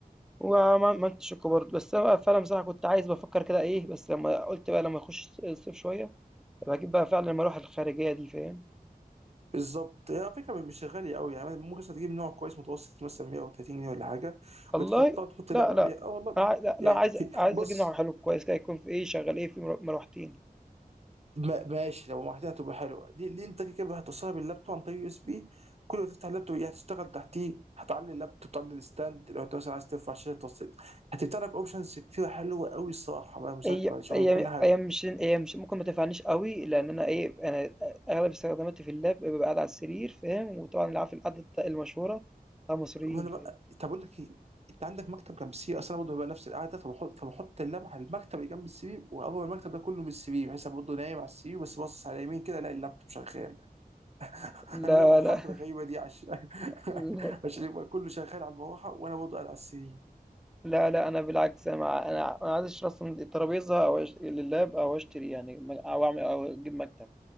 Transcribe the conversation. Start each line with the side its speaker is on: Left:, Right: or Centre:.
Centre: وما ما عملتش الكوبرد بس انا فعلا بصراحة كنت عايز بفكر كده ايه بس لما قلت بقى لما اخش الصيف شوية بجيب بقى فعلا لما اروح الخارجية دي فاهم
Right: بالظبط هي على فكره مش غاليه قوي يعني ممكن مثلا تجيب نوع كويس متوسط مثلا 130 جنيه ولا حاجه
Centre: والله
Right: بتحطها وتحط
Centre: لا
Right: اللب عليها
Centre: لا
Right: اه والله
Centre: أنا عاي- لا, لا
Right: يعني
Centre: عايز عايز
Right: بص
Centre: اجيب نوع حلو كويس كده يكون في ايه شغال ايه في مرو- مروحتين
Right: ما- ماشي لو محتاجها تبقى حلوه دي, دي انت كده كده هتوصلها باللابتوب عن طريق يو اس بي كل ما تفتح اللابتوب هي هتشتغل تحتيه هتعلي اللابتوب تعلي الستاند لو انت مثلا عايز ترفع شاشه توصل هتفتح لك اوبشنز كتير حلوه قوي الصراحه بقى مذاكره
Centre: هي
Right: ولا شغل
Centre: هي
Right: كل حاجه
Centre: هي مش هي مش ممكن ما تنفعنيش قوي لان انا ايه انا اغلب استخداماتي في اللاب ببقى قاعد على السرير فاهم وطبعا اللي عارف القعده بتاع- المشهوره بتاع المصريين
Right: وانا
Centre: فاهم
Right: بقى طب اقول لك ايه انت عندك مكتب جنب السي في اصل انا برضه ببقى نفس القعده فبحط فبحط اللمعه على المكتب اللي جنب السي في واقرب المكتب ده كله من السي في بحيث أنا برضه نايم على السي في بس باصص على اليمين كده الاقي اللابتوب شغال <laughs>
Centre: لا
Right: انا بعمل الحركه
Centre: لا
Right: الغريبه دي عشان <laughs>
Centre: <laughs>
Right: عشان يبقى كله شغال على المروحه وانا برضه قاعد على السي في
Centre: لا لا انا بالعكس انا مع- انا انا عايز اشتري اصلا الترابيزه او أش- لللاب او اشتري يعني او اعمل او اجيب مكتب